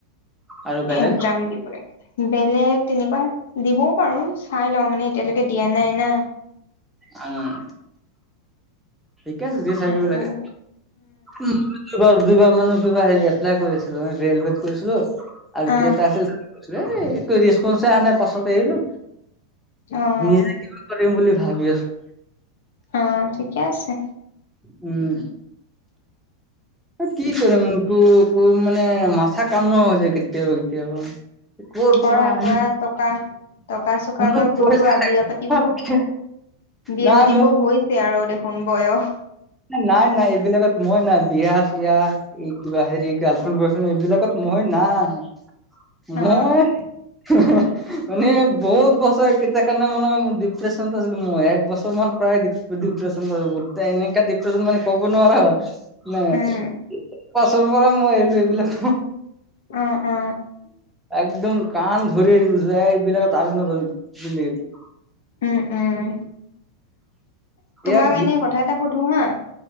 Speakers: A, in the centre; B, on the left (about 55°).
A: আৰু বেলেগ
B: একজাম দিবলে বেলেগ তেনেকুৱা দিবও পাৰো, চাই লওঁ। মানে এতিয়ালেকে দিয়া নাই না।
A: উম ঠিকে আছে যি চাই
B: সেইটো
A: দিব লাগে উম দুবাৰ দুইবাৰ মানো কিবা হেৰিত এপ্লাই কৰিছিলো, ৰেলৱেত কৰিছিলো আৰু কি
B: আহ
A: এটা আছিল। এই একো ৰেছপনচে আহা নাই, পাছত এৰিলো।
B: অহ।
A: নিজে কিবা কৰিম বুলি ভাবি আছো।
B: অ, ঠিকেই আছে।
A: উম। কি কৰিম তোক কৰিম মানে মাথা কাম নোহোৱা হৈ যায়, কেতিয়াবা কেতিয়াবা। ক'ৰ
B: কৰা
A: পৰা আনিম
B: কৰা, টকা টকা চকা
A: মোক
B: অলপ
A: পইচা
B: গোটোৱা
A: লাগে
B: বিয়া পাতিব, বিয়া
A: নাই
B: পাতিব
A: মোক
B: হৈ ছে আৰু দেখোন বয়স।
A: নাই নাই এইবিলাকত মই নাই, বিয়া ছিয়া এই কিবা হেৰি গাৰ্লফ্ৰেণ্ড বয়ৰ্ফ্ৰেণ্ড এইবিলাকত মই নাই। মই,
B: অ
A: হেহ হেহ। মানে বহুত বছৰ কেইটা কাৰণে মানে ডিপ্ৰেশচন আছিলো মই, এক বছৰ মান প্ৰায় ডি ডিপ্ৰেশচন পো এনেকা ডিপ্ৰেশচন মানে ক'ব নোৱাৰা হয় নাই।
B: উম
A: পচন্দ পৰা মই এৰিলো এইবিলাক।
B: অ', অ'।
A: একদম কাণ ধৰি যায়, এইবিলাকত আৰু নধৰিম জিন্দেগীত।
B: উম উম, তোমাক
A: ইয়াক
B: এনেই কথা এটা সুধো হা।